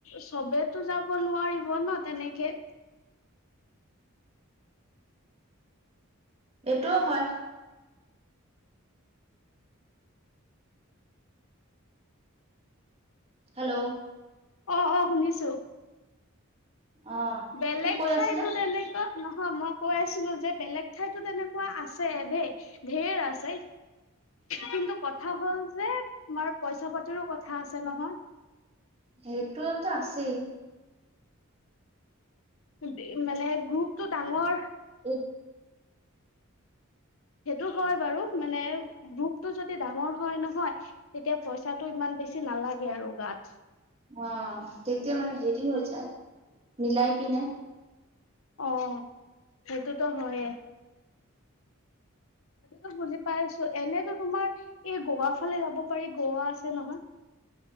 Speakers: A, on the left; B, on the right.
A: চবেত যাব নোৱাৰিব ন তেনেকে।
B: এইটোও হয়। হেল্ল'?
A: অ', অ' শুনিছো।
B: অ',
A: বেলেগ
B: কি কৈ
A: থাইতো
B: আছিলা
A: তেনেকুৱা নহয় মই কৈ আছিলো যে বেলেগ ঠাইতো তেনেকুৱা আছে দেই ধেৰ আছে- কিন্তু, কথা হ'ল যে তোমাৰ পইচা পাতিৰো কথা আছে নহয়।
B: সেইটোতো আছেই।
A: দে মানে গ্ৰুপটো ডাঙৰ-
B: ইক-
A: সেইটো হয় বাৰু মানে ৰূপটো যদি ডাঙৰ- হয় নহয় তেতিয়া পইচাটো ইমান বেছি নালাগে আৰু গাত।
B: অঁ তেতিয়া মানে হেৰি হৈ যায় মিলাই পিনে-
A: অঁ সেইটোতো হয়ে। সেইটোটো বুজি পাইছো এনেইতো তোমাৰ- এ গোৱা ফালে যাব পাৰি গোৱা আছে নহয়।